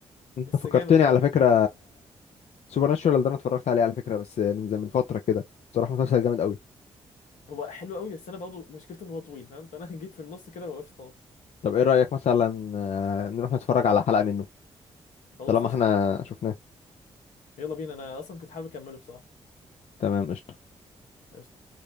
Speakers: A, on the left; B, on the left.
A: انت
B: بس
A: فكرتني
B: جامد
A: على
B: صح
A: فكره سوبر ناتشورال ده انا اتفرجت عليه على فكره بس من زمان من فتره كده بصراحه مسلسل جامد قوي
B: هو حلو قوي بس انا برضه مشكلته ان هو طويل فاهم فانا <laughs> جيت في النص كده وقفت خلاص
A: طب ايه رايك مثلا آه، نروح نتفرج على حلقه منه
B: خلاص
A: طالما
B: قشطه
A: احنا شفناه
B: يلا بينا انا اصلا كنت حابب اكمله بصراحه
A: تمام قشطه
B: قشطه